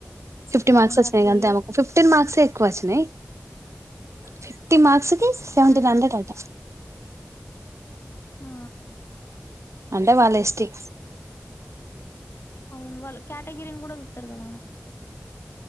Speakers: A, on the right; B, on the left.
A: ఫిఫ్టీ మార్క్స్
B: ఇంగ
A: వచ్చినాయి
B: తీ
A: అంతేమకు ఫిఫ్టీన్ మార్క్స్ కోషనై fifty marks తిస్ seventeen
B: yeah
A: hundred అట
B: ఆ
A: అంటే వాళ్ళు ఎస్ టి
B: అవును వాళ్ళు కేటగిరీని కూడా చూత్తారు కదా